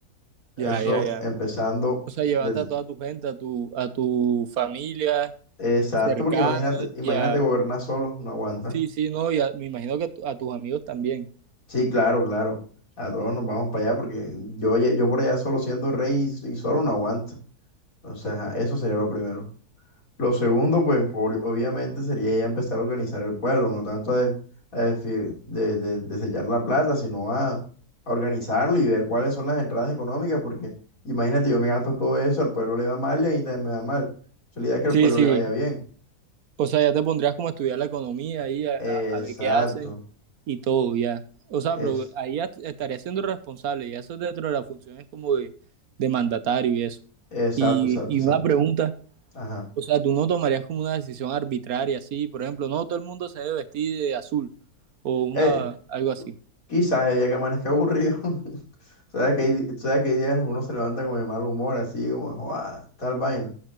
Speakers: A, on the left; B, on the right.
A: Eso
B: Ya, ya, ya.
A: empezando
B: O sea,
A: desde...
B: llevarte a toda tu gente, a tu, a tu familia
A: Exacto,
B: cercana
A: porque imagínate, imagínate
B: y a...
A: gobernar solo, no aguanta.
B: Sí, sí, no, y a- me imagino que a, tu- a tus amigos también.
A: Sí, claro, claro. A todos nos vamos para allá porque yo, ye- yo por allá solo siendo rey y, y solo no aguanta. Entonces, ajá, eso sería lo primero. Lo segundo, pues ob- obviamente sería ya empezar a organizar el pueblo, no tanto a, de, a defi- de- de- desellar la plata, sino a, a organizarlo y ver cuáles son las entradas económicas, porque imagínate, yo me gasto todo eso, al pueblo le va mal y a mí también me va mal. Entonces, la idea es que al
B: Sí,
A: pueblo
B: sí.
A: le vaya bien.
B: O sea, ya te pondrías como a estudiar la economía ahí, a,
A: Exacto,
B: a- a ver qué hacen y todo, ya. O sea,
A: es,
B: pero ahí ya estarías siendo responsable y eso es dentro de las funciones como de, de mandatario y eso.
A: exacto,
B: Y,
A: exacto,
B: y
A: exacto.
B: una pregunta.
A: Ajá.
B: O sea, tú no tomarías como una decisión arbitraria, así, por ejemplo, no todo el mundo se debe vestir de azul o una
A: Eh,
B: algo así.
A: quizás el día que amanezca aburrido, <laughs> sabes que hay, di- sabes que hay días en los que uno se levanta con el mal humor, así como, "Joda, tal vaina.